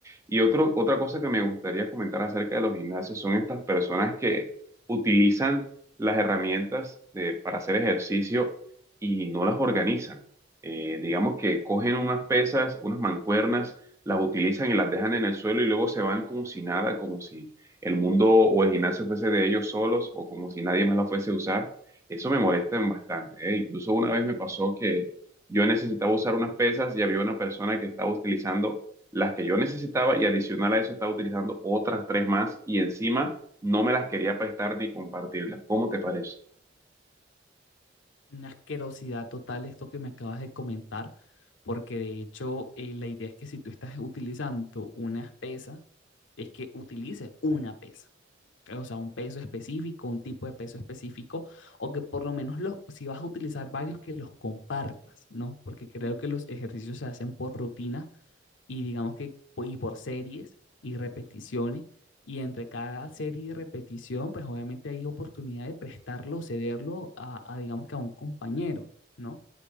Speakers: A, on the right (about 15°); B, on the left (about 75°).
A: Y otro, otra cosa que me gustaría comentar acerca de los gimnasios son estas personas que utilizan las herramientas de- para hacer ejercicio y no las organizan. Eh, digamos que cogen unas pesas, unas mancuernas, las utilizan y las dejan en el suelo y luego se van como si nada, como si el mundo o el gimnasio fuese de ellos solos o como si nadie más la fuese a usar. Eso me molesta bastante, ¿eh? Incluso una vez me pasó que yo necesitaba usar unas pesas y había una persona que estaba utilizando las que yo necesitaba y adicional a eso estaba utilizando otras tres más y encima no me las quería prestar ni compartirlas. ¿Cómo te parece?
B: una asquerosidad total esto que me acabas de comentar, porque de hecho eh, la idea es que si tú estás utilizando una pesa es que utilices una pesa, ¿ok? o sea, un peso específico, un tipo de peso específico, o que por lo menos los, si vas a utilizar varios, que los compartas, ¿no? Porque creo que los ejercicios se hacen por rutina y digamos que y por series y repeticiones. Y entre cada serie y repetición, pues obviamente hay oportunidad de prestarlo o cederlo a, a, digamos que a un compañero, ¿no?